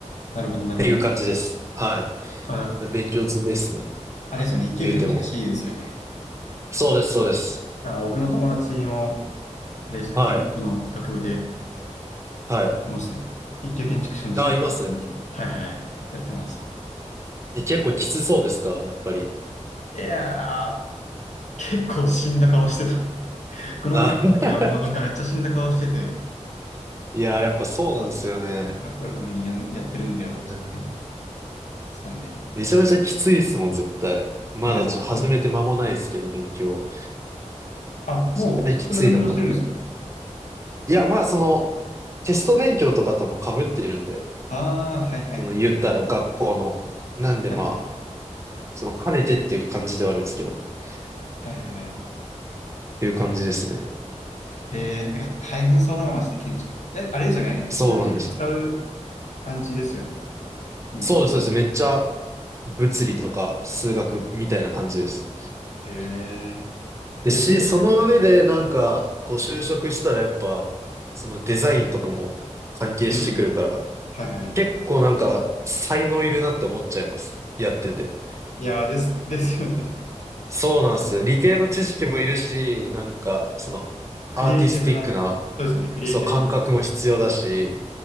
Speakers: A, on the left; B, on the right.
A: なるほど、なるほど。
B: ていう感じです。はい。
A: あの、
B: で勉強詰めですね。
A: あれですよね、一級建築士ですよね。
B: 言うても。そうです、そうです。
A: あー、僕の友達も、あれでし建築の学部で、
B: はい。
A: い
B: はい。
A: ますね。一級建築士の資格に、
B: あ、います。
A: はいはいはい、やってます。
B: え結構きつそうですか、やっぱり。
A: いやー、結構死んだ顔してた。<laughs> この前会った時はもうなんかめっちゃ死んだ顔してて、
B: あ <laughs> いやー、やっぱそうなんですよね。
A: 資格取るためにやん、やってるんだよ、
B: うん
A: つって言ってたんで。
B: めちゃめちゃきついですもん、絶対。まだちょっと始めて間もないですけど、
A: いやー、そうですね。
B: 勉強。
A: あ、もう資格の勉強してるんですか
B: 絶対きついなと思いながら。いや、まあその、テスト勉強とかとも被っているんで、
A: ああー、はいはいはい。
B: その言ったら学校の。なんでまあ、
A: はいはい。
B: その兼ねてっていう感じではあるんですけど、っ
A: はいはいはい。
B: ていう感じですね。
A: へえいや、大変そうだな、マジで建築。え、あれですよね。数字扱う
B: そうなんです。
A: 感じですよね。理系で。
B: そうです、そうです。めっちゃ物理とか数学みたいな感じです。
A: へえ
B: で、
A: え、じゃあ、
B: し、
A: 授業
B: その上でなんか、こう就職したらやっぱ、そのデザインとかも関係してくるから、
A: うん。はいはい。
B: 結構なんか才能いるなって思っちゃいます。やってて。
A: いやー、です、<laughs> ですよね。
B: そうなんですよ。理系の知識もいるし、なんか、その、
A: <laughs> クリエイティブな。
B: アーティスティックな、
A: そうですよね。クリエイティブな。
B: そう、感覚も必要だし、